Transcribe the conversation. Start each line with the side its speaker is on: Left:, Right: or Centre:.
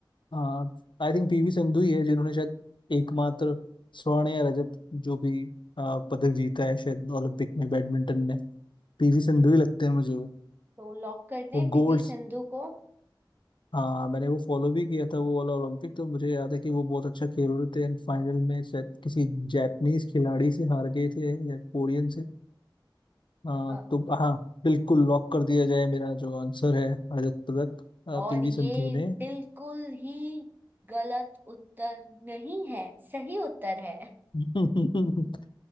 Left: हाँ आई थिंक पीवी संधू ही है जिन्होंने शायद एकमात्र स्वर्ण या रजत जो भी आ, पदक जीता है शायद ओलंपिक में बैडमिंटन में पीवी संधू ही लगते हैं मुझे वो
Right: तो लॉक कर दें
Left: वो
Right: पीवी
Left: गोल्ड्स
Right: सिंधु को
Left: हाँ मैंने वो फॉलो भी किया था वो वाला ओलंपिक तो मुझे याद है कि वो बहुत अच्छा खेल रहे थे एंड फाइनल में शायद किसी जापानीज खिलाड़ी से हार गए थे या कोरियन से हाँ
Right: अ,
Left: तो हाँ बिल्कुल लॉक कर दिया जाए मेरा जो आंसर है रजत पदक
Right: और
Left: पीवी
Right: ये
Left: संधू ने
Right: बिल्कुल ही गलत उत्तर नहीं है सही उत्तर है
Left: <laughs>